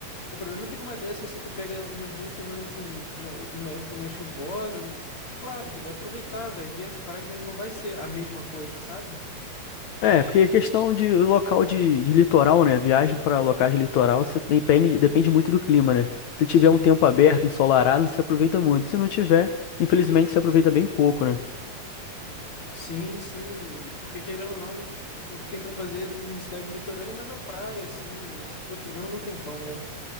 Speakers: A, on the left; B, on the left.
A: O problema é que numa dessas, se tu pega umas duas semanas assim, de uma, de uma época mais chuvosa, não- claro, tu vai aproveitar, vai ver as praias, mas não vai ser a mesma coisa, sabe?
B: É, porque é questão de local de, de litoral, né? Viagem para locais de litoral, você depende, depende muito do clima, né? Se
A: Sim,
B: tiver um tempo
A: sim.
B: aberto, ensolarado, você aproveita muito. Se não tiver, infelizmente, você aproveita bem pouco, né?
A: Sim, sim, porque querendo ou não, o que tem pra fazer em cidade litorânea é mais a praia, assim, e, pô, chovendo não tem como, né?